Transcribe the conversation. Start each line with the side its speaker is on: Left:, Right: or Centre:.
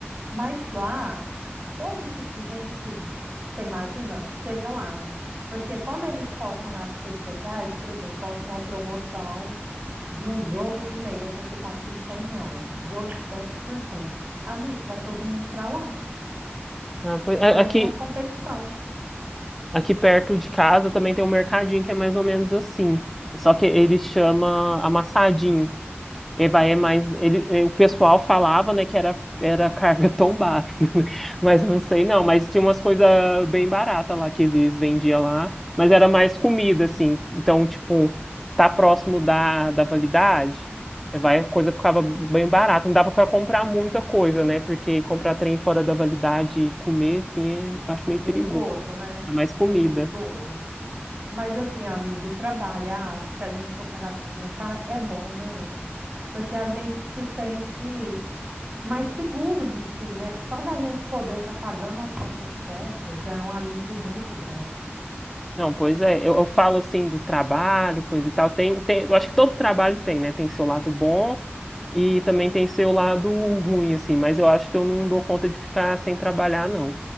Right: Mas lá todo tipo de gente que você imagina chega lá. Porque como eles postam nas redes sociais, por exemplo, postam uma promoção de um jogo de mesa que está por 100 reais, de 800 por cem Amigo, vai todo mundo para lá.
Centre: Ah, pois-
Right: É,
Centre: a-
Right: parece
Centre: aqui
Right: uma competição.
Centre: aqui perto de casa também tem um mercadinho que é mais ou menos assim. Só que ele chama amassadinho. Ele vai é mais. Ele, é, o pessoal falava, né, que era, era carga tombada, <laughs> mas não sei não. Mas tinha umas coisas bem baratas lá que eles vendiam lá, mas era mais comida, assim. Então, tipo, tá próximo da, da validade, é, vai, a coisa ficava bem barata. Não dava para comprar muita coisa, né? Porque comprar trem fora da validade e comer, assim, é, acho meio
Right: É perigoso,
Centre: perigoso.
Right: né?
Centre: É mais comida.
Right: É perigoso. Mas assim, amigo, trabalhar, se a gente for parar para pensar, é bom, né? Porque a gente se sente mais seguro de si, né? Só da gente poder estar pagando as nossas contas já é um alívio muito grande.
Centre: Não, pois é, eu, eu falo assim do trabalho, coisa e tal. Tem, tem, eu acho que todo trabalho tem, né? Tem seu lado bom E também tem seu lado ruim, assim, mas eu acho que eu não dou conta de ficar sem trabalhar, não.